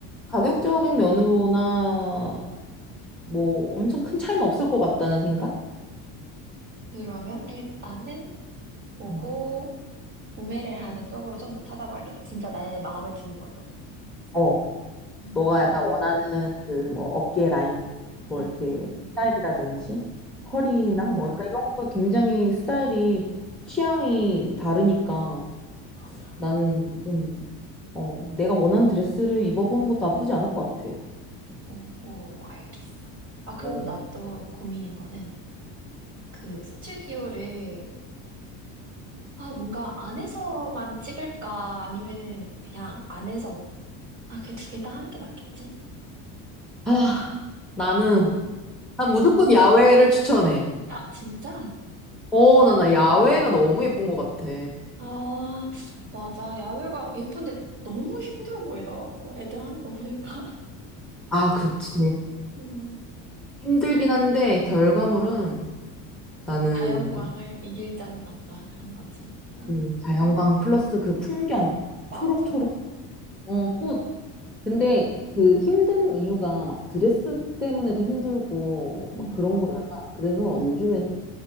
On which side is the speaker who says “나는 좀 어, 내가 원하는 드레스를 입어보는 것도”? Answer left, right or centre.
Centre